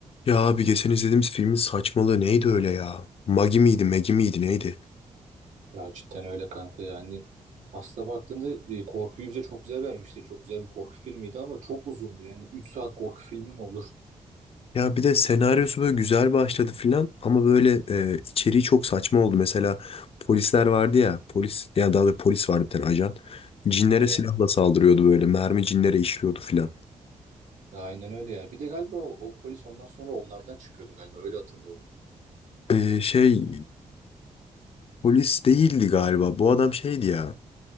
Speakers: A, on the left (about 50°); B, on the right (about 90°).
A: Ya abi geçen izlediğimiz filmin saçmalığı neydi öyle ya? Magi miydi, Megi miydi neydi?
B: Ya cidden öyle kanka yani. Aslında baktığında e, korkuyu bize çok güzel vermişti. Çok güzel bir korku filmiydi ama çok uzundu. Yani 3 saat korku filmi mi olur?
A: Ya bir de senaryosu böyle güzel başladı filan ama böyle e, içeriği çok saçma oldu. Mesela polisler vardı ya, polis yani daha doğrusu polis vardı bir tane ajan. Cinlere
B: Evet.
A: silahla saldırıyordu böyle, mermi cinlere işliyordu filan.
B: Ya aynen öyle ya. Bir de galiba o, o polis ondan sonra onlardan çıkıyordu galiba. Öyle hatırlıyorum.
A: E, şey polis değildi galiba. Bu adam şeydi ya.